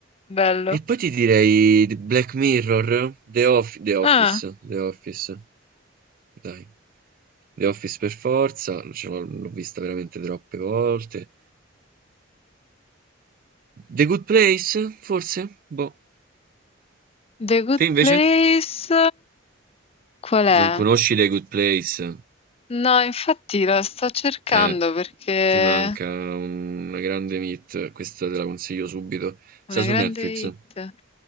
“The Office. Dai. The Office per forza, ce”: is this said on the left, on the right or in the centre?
Right